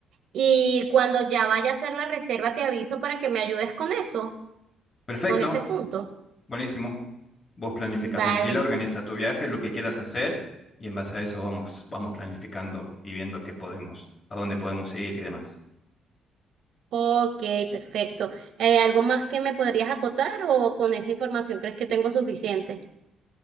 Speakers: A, on the right (about 70°); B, on the left (about 35°).
A: y cuando ya vaya a hacer la reserva te aviso para que me ayudes con eso,
B: Perfecto,
A: con ese punto.
B: buenísimo. Vos planifica
A: Vale,
B: tranquila, organiza tu viaje, lo que quieras hacer y en base a eso vamos, vamos planificando y viendo qué podemos, a dónde podemos ir y demás.
A: ok, perfecto. Hay ¿algo más que me podrías acotar o con esa información crees que tengo suficiente?